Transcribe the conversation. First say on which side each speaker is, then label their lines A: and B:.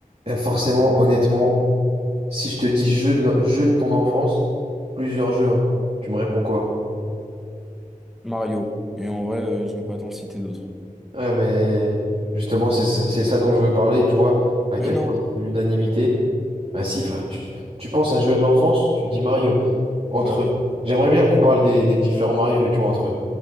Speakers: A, on the right (about 45°); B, in the centre.
A: Et forcément, honnêtement, si je te dis jeu de, lo- jeu de ton enfance, plusieurs jeux, hein, tu me réponds quoi?
B: Mario. Et en vrai, euh, je vais pas t'en citer d'autres.
A: Ouais, mais justement, c'est ça c'est ça dont je veux parler, tu vois, à quel
B: Mais non,
A: point l'unanimité. Bah si, frère, tu, tu penses à jeu de l'enfance, tu te dis Mario. Entre
B: bah oui.
A: J'aimerais bien qu'on parle des, des différents Mario, mais tu vois, entre eux.